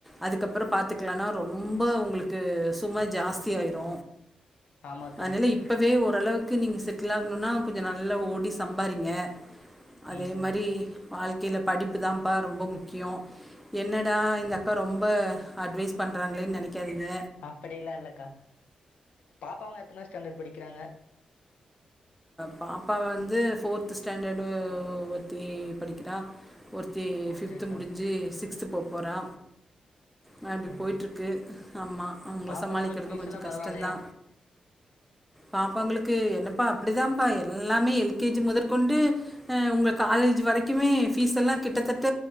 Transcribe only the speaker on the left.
ஆமாக்கா
ம் ம்
படிலா இல்லக்கா பாப்பாங்க எத்தன ஸ்டாண்டர்ட் படிக்கிறாங்க
ஓகேக்கா
ம்ஹும்
பாப்பாங்களுக்கு
ஃபீஸ்
எல்லா
பரவால்லையா